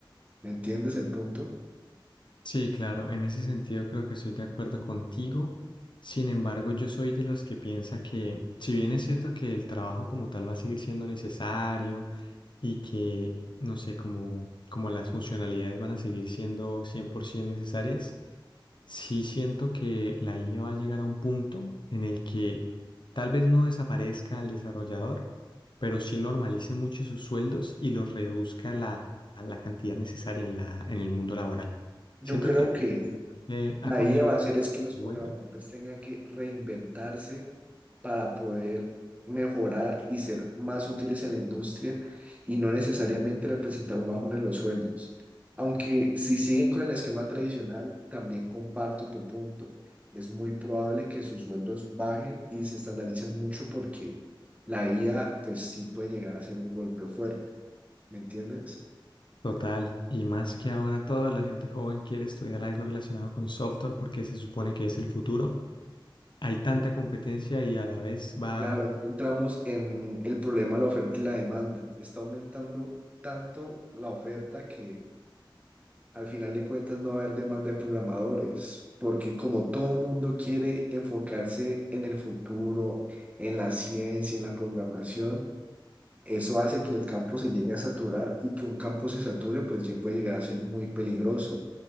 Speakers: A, on the right (about 15°); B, on the left (about 60°).
A: ¿Me entiendes el punto?
B: Sí, claro, en ese sentido creo que estoy de acuerdo contigo. Sin embargo, yo soy de los que piensa que, si bien es cierto que el trabajo como tal va a seguir siendo necesario y que, no sé, como, como las funcionalidades van a seguir siendo 100% necesarias, Sí siento que la IA va a llegar a un punto en el que tal vez no desaparezca al desarrollador, pero sí normalice mucho sus sueldos y los reduzca la, a la cantidad necesaria en la, en el mundo laboral.
A: Yo
B: Siento
A: creo
B: que es
A: que
B: una profesión que ha
A: la
B: cogido
A: IA va a hacer es que los
B: bueno.
A: programadores tengan que reinventarse para poder mejorar y ser más útiles en la industria y no necesariamente representar un bajón en los sueldos. Aunque si siguen con el esquema tradicional, también comparto tu punto. Es muy probable que sus sueldos bajen y se estandaricen mucho porque la IA pues sí puede llegar a ser un golpe fuerte, ¿me entiendes?
B: Total, y más que ahora toda la gente joven quiere estudiar algo relacionado con software porque se supone que es el futuro. Hay tanta competencia y a la vez va
A: Claro, entramos en el problema de la oferta y la demanda. Se Está aumentando tanto la oferta que al final de cuentas no va a haber demanda de programadores, porque como todo mundo quiere enfocarse en el futuro, en la ciencia, en la programación, eso hace que el campo se llegue a saturar y que un campo se sature, pues ya puede llegar a ser muy peligroso.